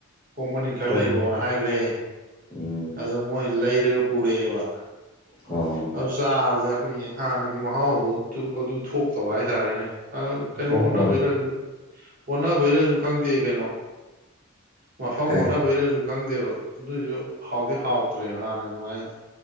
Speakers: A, on the right; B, on the left.
A: ꯑ‌ꯣꯛ ꯃꯅꯤꯟ ꯈꯔ
B: ꯍꯣ
A: ꯂꯩꯔꯑꯣꯅ
B: ꯍꯣ
A: ꯍꯥꯏꯈ꯭ꯔꯦ
B: ꯎꯝ
A: ꯑꯗ‌ꯣꯃꯣꯏ ꯂꯩꯔꯒ ꯄꯨꯔꯑꯕ
B: ꯍꯣꯏ
A: ꯍꯧꯐ ꯆꯥꯗ ꯑꯩꯈꯣꯏꯒꯤ ꯍꯥꯟꯅꯒꯤ ꯃꯍꯥꯎꯗꯣ ꯑꯗꯨ ꯊꯣꯛꯇꯕ ꯍꯥꯏꯇꯥꯔꯦꯅꯦ ꯑ ꯀꯩꯅꯣ
B: ꯊꯣꯛꯈ꯭ꯔꯕ
A: ꯑꯣꯅ ꯩꯔꯖꯨ ꯑꯣꯅꯥꯕꯩꯔꯖ ꯈꯪꯗꯦ ꯀꯩꯅꯣ ꯃꯐꯝ
B: ꯀꯩ
A: ꯑꯣꯅꯕꯩꯔꯥꯁꯖ ꯈꯪꯗꯦꯕ ꯑꯗꯨꯏꯁꯨ ꯍꯥꯎꯗꯤ ꯍꯥꯎꯇ꯭ꯔꯦꯕ ꯍꯥꯟꯅ ꯑꯗꯨꯃꯥꯏꯅꯗꯤ